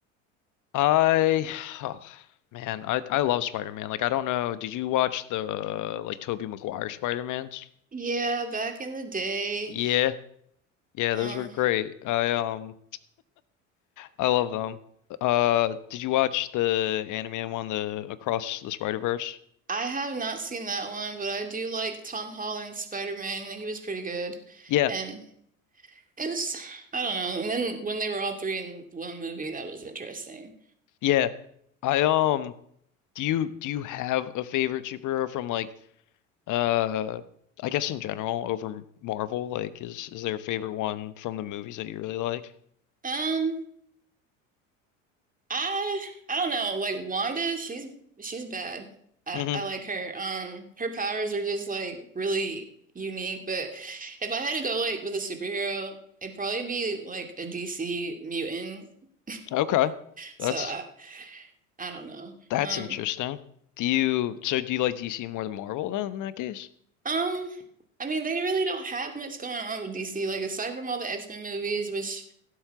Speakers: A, on the left; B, on the right.
A: I <sighs> oh, man, I I love Spider-Man. Like I don't know, did you watch the like Tobey Maguire Spider-Mans?
B: Yeah, back in the day.
A: Yeah. Yeah,
B: Um,
A: those were great. I um I love them. Uh did you watch the anime one, the Across the Spider-Verse?
B: I have not seen that one, but I do like Tom Holland's Spider-Man. He was pretty good.
A: Yeah.
B: And It was, I don't know. And then when they were all three in one movie, that was interesting.
A: Yeah. I um do you do you have a favorite superhero from like uh I guess in general over Marvel? Like is is there a favorite one from the movies that you really like?
B: Um, I I don't know. Like Wanda, she's she's bad. I
A: hmm
B: I like her. Um, her powers are just like really unique. But if I had to go like with a superhero, it'd probably be like a DC mutant. <laughs>
A: Okay.
B: So
A: That's
B: I I don't know.
A: that's
B: Um
A: interesting. Do you so do you like DC more than Marvel then in that case?
B: um. I mean, they really don't have much going on with DC, like aside from all the X-Men movies, which